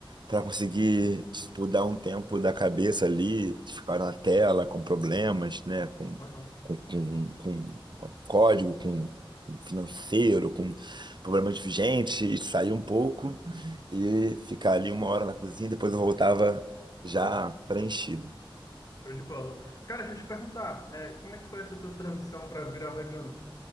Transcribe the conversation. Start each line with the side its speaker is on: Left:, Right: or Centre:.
Right: para conseguir, tipo, dar um tempo da cabeça ali, de ficar na tela com problemas, né? Com,
Left: uhum.
Right: com, com, com código, com financeiro, com problemas de gente, e sair um pouco e ficar ali uma hora na cozinha, depois eu voltava já preenchido.
Left: Show de bola. Cara, deixa eu te perguntar, é, como é que foi essa tua transição para virar vegano?